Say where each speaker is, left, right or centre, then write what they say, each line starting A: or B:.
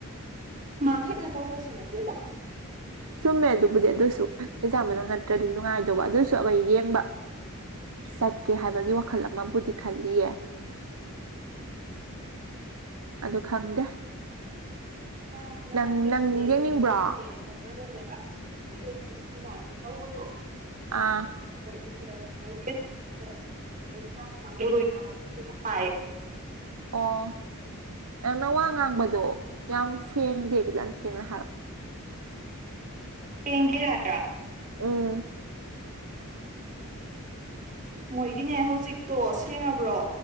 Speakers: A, on the right; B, on the right.
A: ꯃꯥ ꯈꯥꯛꯅ ꯇꯧꯕꯁꯨ ꯅꯠꯇꯦꯗꯥ
B: ꯆꯨꯝꯃꯦ ꯑꯗꯨꯕꯨꯗꯤ ꯑꯗꯨꯁꯨ ꯑꯦꯛꯖꯥꯛ ꯃꯅꯨꯡ ꯅꯠꯇ꯭ꯔꯗꯤ ꯅꯨꯡꯉꯥꯏꯗꯧꯕ ꯑꯗꯨꯁꯨ ꯑꯩꯈꯣꯏ ꯌꯦꯡꯕ ꯆꯠꯀꯦ ꯍꯥꯏꯕꯒꯤ ꯋꯥꯈꯜ ꯑꯃꯕꯨꯗꯤ ꯈꯜꯂꯤꯌꯦ ꯑꯗꯨ ꯈꯪꯗꯦ
A: ꯃꯥꯁꯨ ꯅꯍꯥꯟ
B: ꯅꯪ
A: ꯒꯩꯗꯤꯅꯦ
B: ꯅꯪ ꯌꯦꯡꯅꯤꯡꯕ꯭ꯔꯣ
A: ꯌꯨꯝꯗ ꯂꯩꯕꯅꯦ ꯆꯠ ꯗꯅꯦꯕ ꯃꯣꯏꯗꯤ ꯑꯗꯨꯒꯤ ꯁꯤꯟ ꯂꯥꯡꯕ ꯇꯧꯕꯗꯣ
B: ꯑꯥ
A: ꯃꯣꯏ <unintelligible> ꯊꯗ ꯃꯣꯏꯗꯤ <unintelligible> ꯃꯣꯏ ꯀ꯭ꯂꯥꯁ ꯀꯪꯕꯨꯗꯣ ꯌꯥꯎꯗꯦꯅ ꯍꯥꯢ
B: ꯑꯣ ꯅꯪꯅ ꯋꯥ ꯉꯥꯡꯕꯗꯣ ꯌꯥꯝ ꯁꯦꯡꯗꯦ ꯈꯤꯇꯪ ꯁꯦꯡꯅ ꯍꯥꯏꯔꯛꯑꯣ
A: ꯁꯦꯡꯗꯦ ꯍꯥꯏꯕ꯭ꯔꯥ
B: ꯎꯝ
A: ꯃꯣꯏꯒꯤꯅꯦ ꯍꯧꯖꯤꯛꯇꯣ ꯁꯦꯡꯉꯕ꯭ꯔꯣ